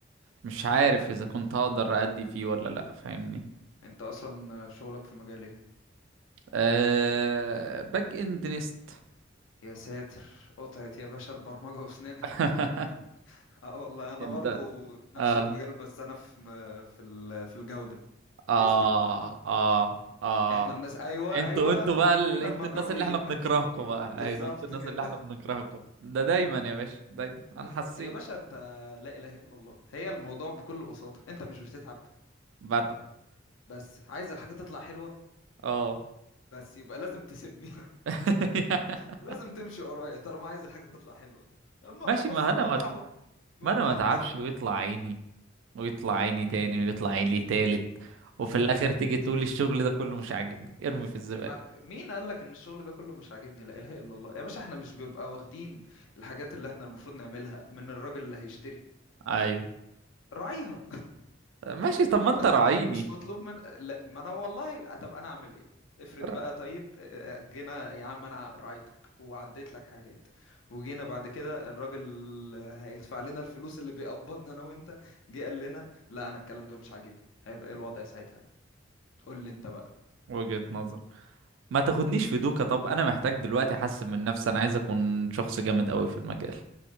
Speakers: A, on the right; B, on the left.
A: مش عارف اذا كنت هقدر ادي فيه ولا لا فاهمني
B: انت اصلا شغلك في مجال ايه
A: أه... باك اند نيست
B: يا ساتر قطعت يا باشا البرمجه واسنانها
A: <laughs>
B: <laughs> اه والله انا
A: انت
B: برضو نفس
A: اه
B: المجال بس انا في م- في ال... في الجوده
A: اه
B: تيستنج
A: اه اه
B: احنا الناس ايوه
A: انتوا
B: ايوه
A: انتوا بقى ال...
B: احنا
A: انتوا
B: المكروهين
A: الناس اللي احنا بنكرهكم
B: <laughs>
A: بقى
B: بالظبط
A: ايوه انتوا الناس
B: كده
A: اللي احنا بنكرهكم ده دايما يا باشا دايما
B: بالظبط
A: انا حسيت
B: يا باشا انت لا اله الا الله هي الموضوع بكل بساطه انت مش بتتعب
A: بتعب
B: بس عايز الحاجة تطلع حلوة
A: اه
B: بس يبقى لازم تسيبني
A: <laughs>
B: <laughs> لازم تمشي ورايا طالما عايز الحاجة تطلع حلوة اما
A: ماشي
B: بص
A: ما
B: الموضوع
A: انا ما,
B: اهو بمنتهى
A: ما انا ما اتعبش
B: البساطة
A: ويطلع عيني ويطلع عيني تاني ويطلع عيني تالت وفي
B: تمام
A: الاخر تيجي تقول الشغل ده كله مش عاجبني ارمي في الزبالة
B: ما مين قال لك ان الشغل ده كله مش عاجبني لا اله الا الله يا باشا احنا مش بيبقى واخدين الحاجات اللي احنا المفروض نعملها من الراجل اللي هيشتري
A: ايوه
B: راعيها
A: ماشي طب ما انت
B: بس
A: راعيني
B: مش مطلوب من لا ما انا والله طب انا اعمل ايه افرض بقى
A: ر-
B: طيب آه، جينا يا عم انا راعيتك وعديت لك حاجات وجينا بعد كده الراجل هيدفع لنا الفلوس اللي بيقبضنا انا وانت جه قال لنا لا انا الكلام ده مش عاجبني هيبقى ايه الوضع ساعتها قول لي انت بقى
A: وجهة نظر ما تاخدنيش في دوكا طب انا محتاج دلوقتي احسن من نفسي انا عايز اكون شخص جامد قوي في المجال